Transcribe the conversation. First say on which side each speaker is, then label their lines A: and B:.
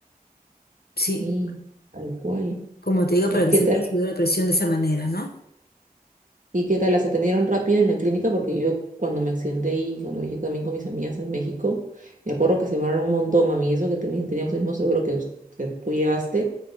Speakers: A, on the left; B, on the right.
A: Sí,
B: sí, tal cual.
A: como te digo,
B: ¿Y
A: para
B: qué
A: que se
B: tal?
A: le haya subido la presión de esa manera, ¿no?
B: ¿Y qué tal? ¿Las atendieron rápido en la clínica? Porque yo cuando me accidenté y cuando viajé también con mis amigas en México, me acuerdo que se demoraron un montón, mami, eso que teni- teníamos el mismo seguro que, us- que tú llevaste,